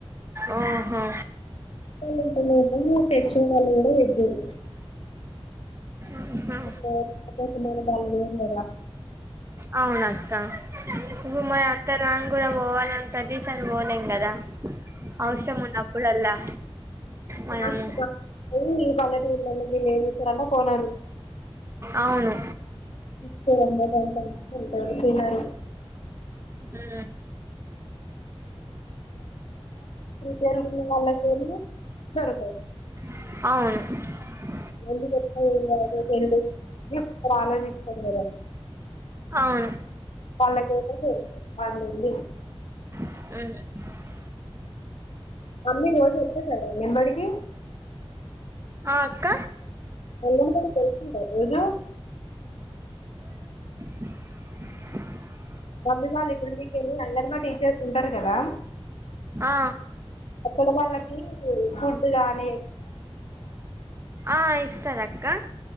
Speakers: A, on the right (about 25°); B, on the left (about 80°).
A: ఓహో
B: ఉంటున్నాయేమో తెచ్చే వాళ్ళు కూడా ఇద్దరి వీ
A: ఆహా
B: ఇప్పుడు మ బద <unintelligible>
A: అవును అక్క ఇపుడు మా అత్త రూమ్ కూడా పోవాలంటది. ఈసారి పోలేము కదా అవసరం ఉన్నప్పుడల్లా
B: ఫాస్ట్
A: మనము
B: గా ఛీ పల్లెటూర్లళ్ళో విలేజెస్ లలో కొనారు
A: అవును
B: ఇస్తే అమ్మ కొ తినరు
A: మ్మ్
B: పేరుగున్న వాళ్ళకేమో దొరకవు
A: అవును
B: మళ్ళీ చెప్తా టెన్ డేస్ఇప్పుడు ఆలోచిస్తారు కదా
A: అవును
B: వాళ్ళకేమో పెడతాది పండింది
A: ఉమ్
B: మమ్మీ రోజు వెళ్త సారా నింబడికి
A: ఆ అక్క
B: అంగన్ బడికి వెళ్తుంటారా రోజా
A: ఆ
B: మమ్మీ వాళ్ళు ఇప్పుడు మీకే అంగన్వాడీ టీచర్స్ ఉంటారు కదా.
A: ఆ
B: అక్కడ వాళ్ళకి ఫుడ్ కాన్ నీ
A: ఆ ఇస్తార అక్క